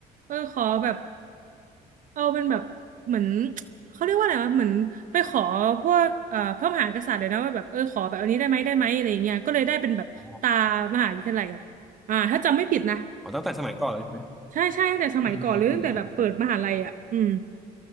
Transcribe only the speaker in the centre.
อ๋ออ๋อตั้งแต่สมัยก่อนเลยใช่ไหม
อืมอืมอืมอ